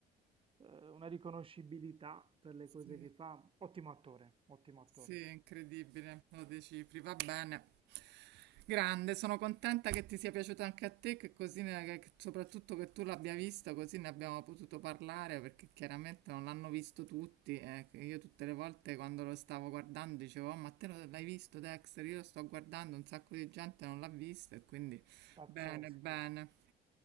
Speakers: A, on the right; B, on the right.
A: eh, una riconoscibilità per le
B: Sì,
A: cose che fa. Ottimo attore, ottimo attore,
B: sì, incredibile, lo decifri, va bene. Grande, sono contenta che ti sia piaciuto anche a te, che così ne- che- che- soprattutto che tu l'abbia visto, così ne abbiamo potuto parlare, perché chiaramente non l'hanno visto tutti. eh, che Io tutte le volte quando lo stavo guardando dicevo, "Oh, ma te lo- l'hai visto Dexter? Io lo sto guardando, un sacco di gente non l'ha visto e quindi
A: pazzesco.
B: bene, bene.